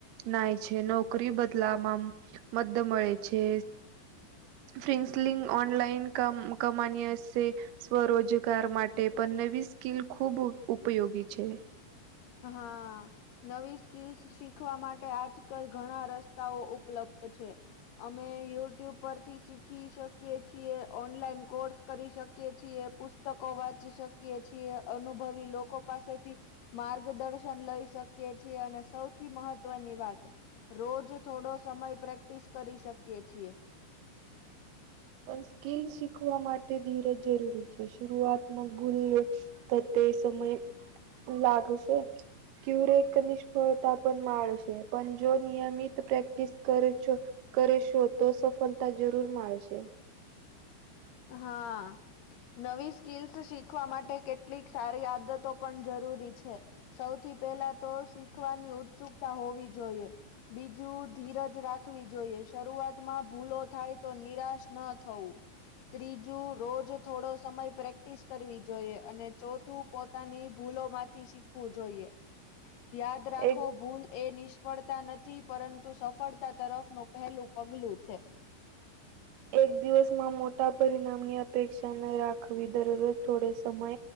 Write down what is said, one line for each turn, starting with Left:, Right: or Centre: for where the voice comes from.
Right: નાય છે નોકરી બદલામાં મદ મળે છે.
Left: <inaudible>
Right: ફ્રિન્સલિંગ ઓનલાઈન કામ સામાન્ય સ્વરોજગાર માટે પણ નવી સ્કીલ ખૂબ ઉપયોગી છે.
Left: હા. નવી સ્કિલ્સ શીખવા માટે આજ કલ ઘણા રસ્તાઓ ઉપલબ્ધ છે. અમે યુટ્યુબ પરથી શીખી શકીએ છીએ ઓનલાઈન કોર્સ કરી શકે. છીએ પુસ્તકો વાંચી શકીએ છીએ અનુભવી લોકો પાસેથી. માર્ગદર્શન લઈ શકીએ છીએ અને સૌથી મહત્વની વાત. રોજ થોડો સમય પ્રેક્ટિસ કરી શકીએ છીએ.
Right: પણ સ્કીલ શીખવા માટે ધીરજ જરૂરી છે શરૂઆતમક ભૂલ તો તે સમય લાગશે. ક્યુરેક નિષ્ફળતા પણ માળશે પણ જો નિયમિત પ્રેક્ટિસ કરે છો. કરશું તો સફળતા જરૂર મળશે.
Left: હા નવી સ્કીલ્સ શીખવા માટે કેટલીક સારી આદતો પણ જરૂરી છે. સૌથી પેલા તો શીખવાની ઉત્સુકતા હોવી જોઈએ. બીજું ધીરજ રાખવી જોઈએ શરૂઆતમાં ભૂલો થાય તો નિરાશ ન થવું. ત્રીજું રોજ થોડો સમય પ્રેક્ટિસ કરવી જોઈએ અને ચોથું પોતાની ભૂલો માંથી શીખવું જોઈએ યાદ રાખો
Right: એક
Left: ભૂલ એ નિસ્ સફળતા નથી પરંતુ સફળતા તરફ નું પહેલું પગલું છે.
Right: એક દિવસમાં મોટા પરિણામની અપેક્ષા ન રાખવી દરરોજ થોડે સમય